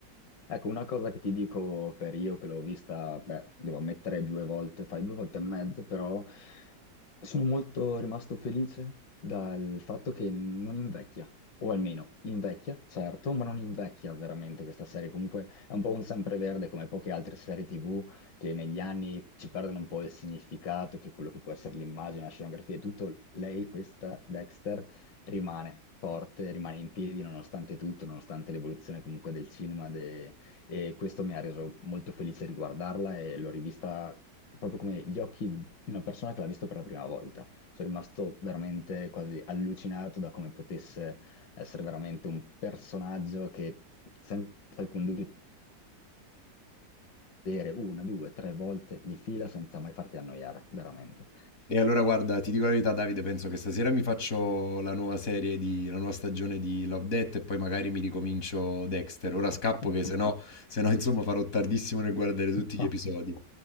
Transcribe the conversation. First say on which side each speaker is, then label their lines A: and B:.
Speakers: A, on the left (about 85°); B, on the left (about 50°).
A: Ecco, una cosa che ti dico per io che l'ho vista, beh, devo ammettere due volte, fai due volte e mezzo, però sono molto rimasto felice dal fatto che non invecchia, o almeno invecchia, certo, ma non invecchia veramente questa serie. Comunque è un po' un sempreverde come poche altre serie TV che negli anni ci perdono un po' il significato, che quello che può essere l'immagine, la scenografia e tutto. Lei, questa Dexter, rimane forte, rimane in piedi nonostante tutto, nonostante l'evoluzione comunque del cinema, de- e questo mi ha reso molto felice riguardarla e l'ho rivista proprio come gli occhi di una persona che l'ha vista per la prima volta. Sono rimasto veramente quasi allucinato da come potesse essere veramente un personaggio che senza alcun dubbio vedere una, due, tre volte di fila senza mai farti annoiare, veramente.
B: E allora guarda, ti dico la verità, Davide, penso che stasera mi faccio la nuova serie di, la nuova stagione di Love, Death e poi magari mi ricomincio Dexter. Ora
A: <laughs>
B: scappo che se no, se no, insomma farò tardissimo nel guardare tutti gli
A: No.
B: episodi.